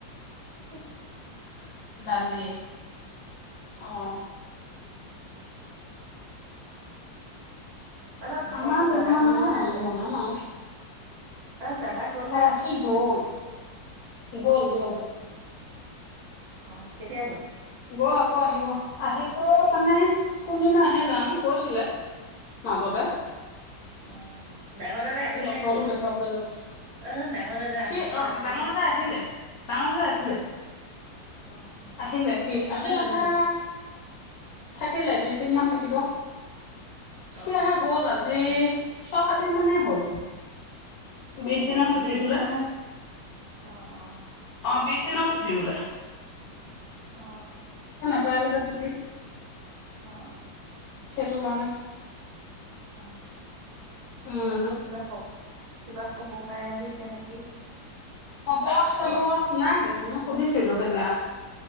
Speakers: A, on the right; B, on the left.
A: উহম
B: দালি, আহ
A: তা
B: আমাৰ
A: তত
B: বনোৱা
A: দাদা গ'ল
B: নাই
A: গনে
B: আৰু
A: আছে।
B: বনাম আৰু
A: ত দাদা গললে
B: অ
A: আছে
B: সি গ'ল গ'ল
A: আহ
B: গ'ল
A: অ কেতিয়া গ'ল।
B: গ'ল আকৌ আহিব আহিব মানে কোনদিনা আহে জানো কৈছিলে মাজতে
A: অ', অ', ডাঙৰ দাদা
B: আকৌ
A: আহিল
B: ড্টৰকো
A: নে গ'ল
B: দেখুৱাবলৈ যাব
A: অ', ডাঙৰ দাদা
B: সি
A: অহা কথা
B: অ
A: আছিল
B: ডাঙৰ
A: যে
B: দাদা আহিলে ডাঙৰ দাদা আহিলে
A: অ', অ', অ
B: আহিলে সি
A: থাকিব
B: সি
A: নে যাবগৈ
B: আহা থাকিলে। দিনমান থাকিব সেয়াহে
A: অ', অ',
B: গ'ল আজি। ছয় সাত দিন মানে হল
A: অ
B: বিশ দিনৰ ছুটি
A: বিশদিন
B: বোলে
A: মানহে অ অ
B: অ বিশ দিনৰ ছুটী কি বোলে
A: অ
B: পাই গ'লা ছুতি
A: অ
B: সেইটো কাৰণে
A: অ মই
B: উম
A: বোলো কিবা কিবা খবৰ পাই আহিছে নেকি
B: হ'ব হ'ব
A: নে
B: নাই দেখোন মই সুধিছিলো সেইদিনা